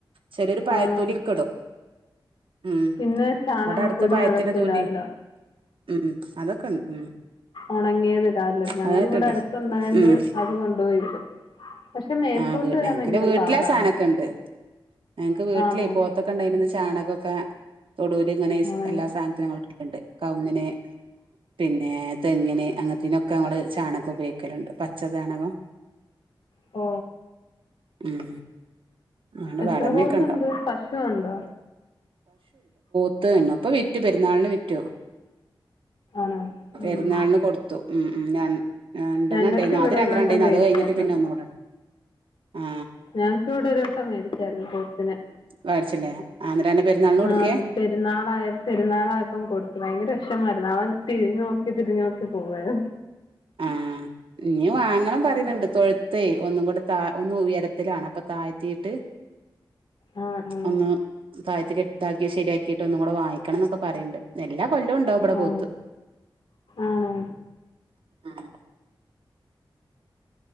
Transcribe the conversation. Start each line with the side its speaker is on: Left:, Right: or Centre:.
Right: ചെലോരു പഴത്തൊലി
Left: ആണാണ്
Right: ഒക്കെടും ഉം
Left: പിന്നെ ചാണകപ്പൊടി
Right: ഇവിടെ അടുത്ത പഴത്തിന്റെ
Left: അതൊക്കെ
Right: തൊലി
Left: ഇടാല്ലോ
Right: ഉം ഉം അതൊക്കെണ്ട് ഉം
Left: ഉണങ്ങിയത്ടാല്ലോ ഞങ്ങള്
Right: അതായിട്ടിട്ടോ
Left: ഇവിടെ അടുത്തുണ്ടായണ്ട്
Right: ഉം
Left: അത് കൊണ്ടുപോയി ഇടും പക്ഷെ മേപ്പൂട്ട്
Right: ആ
Left: വരാൻ
Right: ഞങ്ങക്ക്
Left: ഭയങ്കര
Right: പിന്നെ വീട്ടിലാ
Left: പാടാണ്
Right: സാധനൊക്കെ ഉണ്ട് ഞങ്ങക്ക് വീട്ടിലെയ്
Left: ആണോ
Right: പോത്തൊക്കെണ്ട ചാണകൊക്കെ തൊടൂല് ഇങ്ങനെ
Left: ആഹ്
Right: എല്ലാ സാനത്തിനും ഞങ്ങള് <unintelligible> കവുങ്ങിന് പിന്നെ തെങ്ങിന് അങ്ങനത്തീനൊക്കെ നമ്മള് ചാണ ക്കൊ ഉപയോഗിക്കലുണ്ട് പച്ച ചാണകം
Left: ഓ
Right: ഉം അങ്ങനെ
Left: എത്ര
Right: വളമയൊക്കെ
Left: പോത്ത്ണ്ട്
Right: ഉണ്ടോ
Left: പശുവുണ്ടോ
Right: <unintelligible> പ്പൊ വിറ്റു പെരുന്നാളിന് വിറ്റു
Left: ആണോ ഉം
Right: പെരുന്നാളിന് കൊടുത്തു ഉം ഉം ര രണ്ടെണ്ണണ്ടേയ്ന്നു
Left: ഞങ്ങൾക്ക് ഇവിടെ
Right: അത്യം രണ്ടെണ്ണം
Left: ഒരു വട്ടം
Right: ഇണ്ടായ്ന്നു
Left: മേടിച്ചായിരുന്നു
Right: അത് കഴിഞ്ഞിട്ട് പിന്നെ ഒന്നൂടെ ആ
Left: ഞങ്ങക്ക് ഇവിടെ ഒരുട്ടം മേടിച്ചായിരുന്നു പോത്തിനെ
Right: മേടിച്ചില്ലേ ആന്നേരാണ് പെരുന്നാളിന് കൊടുക്കേ
Left: ആ പെരുന്നാളായ പെരുന്നാളായപ്പം കൊടുത്തു ഭയങ്കരഷ്മായിരുന്നു അവൻ തിരിഞ്ഞോക്കി തിരിഞ്ഞോക്കി പോവാർന്നു
Right: ആ ഞ്ഞ് വാങ്ങണം പറീണ്ണ്ട് തൊഴുത്തേ ഒന്നും കൂടെ താ ഒന്നും ഉയരത്തിലാണ് അപ്പൊ താഴ്ത്തിട്ട്
Left: ആ ആ
Right: ഒന്ന് താഴത്തി കെട്ട് ശരിയാക്കിട്ട് ഒന്നുകൂടെ വാങ്ങിക്കണം എന്നൊക്കെ പറീണ്ട് എല്ലാ കൊല്ലവും ഉണ്ടാവും ഇവിടെ
Left: ആ
Right: പോത്ത്
Left: ആണോ
Right: ഉം